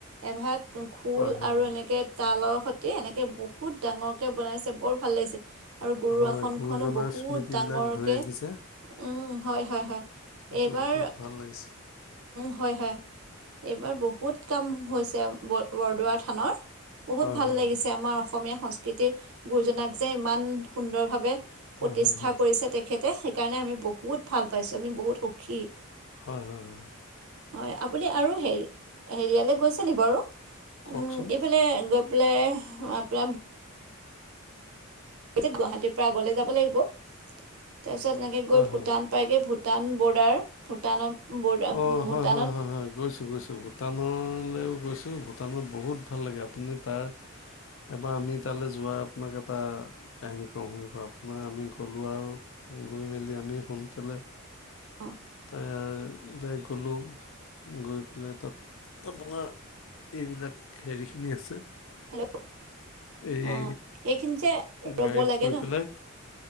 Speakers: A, on the right; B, on the left.
A: এভাগ খোল
B: হয় হয়
A: আৰু এনেকে তালৰ সৈতে এনেকে বহুত ডাঙৰকে বনাইছে বৰ ভাল লাগিছে। আৰু গুৰু
B: হয়
A: আসনখনো
B: গুৰুজনাৰ
A: বহুত
B: স্মৃতিবিলাক
A: ডাঙৰকে
B: ধৰি ৰাখিছে
A: উম হয় হয় হয়।
B: সেইটো
A: এইবাৰ
B: বহুত ভাল লাগিছে
A: হয় হয় এইবাৰ বহুত কাম হৈছে বৰদোৱা থানৰ বহুত
B: হয়
A: ভাল
B: হয়
A: লাগিছে আমাৰ অসমীয়া সংস্কৃতি, কৃতি গুৰুজনাক যে ইমান সুন্দৰভাৱে
B: হয়
A: প্ৰতিষ্ঠা
B: হয় হয়
A: কৰিছে তেখেত - সেইকাৰণে আমি বহুত ভাল পাইছোঁ আমি বহুত সুখী।
B: হয় হয় হয়
A: হয় আপুনি আৰু হেৰি হেৰিয়ালৈ গৈছে নি বাৰু?
B: কওকচোন
A: উ এইফালে গৈ পেলাই আপোনাৰ গুৱাহাটীৰ পৰা আগলৈ যাব লাগিব তাৰপিছত এনেকৈ
B: হয়
A: গৈ ভূটান
B: হয়
A: পাইকে, ভূটান বৰ্ডাৰ ভূটানৰ বৰ্ডাৰ
B: অ,
A: ভূটানত
B: হয়, হয়, হয়, হয়, গৈছো গৈছো ব ভূটানলৈও গৈছোঁ, ভূটানত বহুত ভাল লাগে, আপুনি তাৰ এবাৰ আমি তালৈ যোৱাৰ আপোনাক এটা কাহিনী কওঁ, শুনিব আপোনাৰ আমি গ'লোঁ আৰু গৈ মেলি আমি সোনকালে
A: অ',
B: তাই এ, গ'লোঁ গৈ পেলাই, তাত আপোনাৰ এইবিলাক হেৰিখিনি আছে।
A: হেল্ল,
B: এই
A: অ, সেইখিনি যে ৰ'ব
B: গাড়ীত
A: লাগে
B: গৈ
A: ন,
B: পেলাই